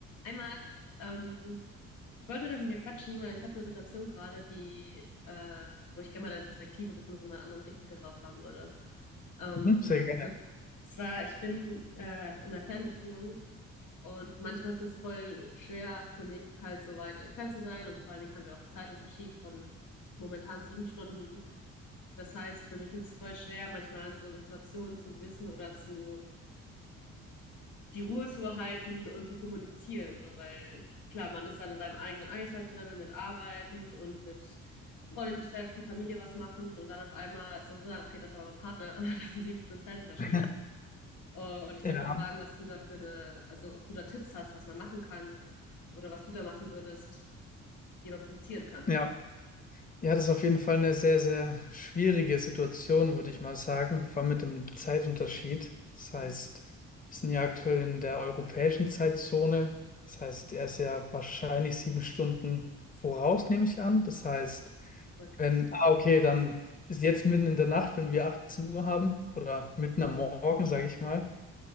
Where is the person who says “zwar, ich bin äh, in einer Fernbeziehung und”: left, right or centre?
Left